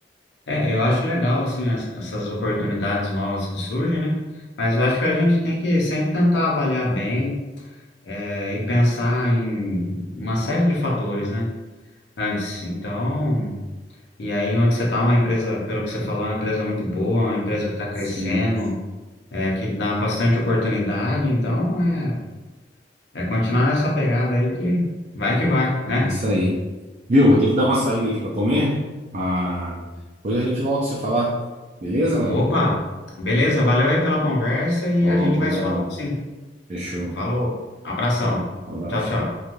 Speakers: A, on the left; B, on the right.
A: É, eu acho legal, assim, as- essas oportunidades novas que surgem, né? Mas eu acho que a gente tem que sempre tentar avaliar bem é, e pensar em uma série de fatores, né? Antes. Então, e aí onde você está, uma empresa, pelo que você falou, é uma empresa muito boa, uma empresa que está crescendo,
B: Sim.
A: é, que dá bastante oportunidade. Então, é, é continuar nessa pegada aí que vai que vai, né?
B: É isso aí. Viu? Vou ter que dar uma saída aqui para comer. Ah, depois a gente volta a se falar. Beleza, mano?
A: Opa, beleza, valeu aí pela conversa e
B: Falou,
A: a gente
B: obrigadão.
A: vai se falando sim.
B: Fechou.
A: Falou, abração.
B: Abraço.
A: Tchau, tchau.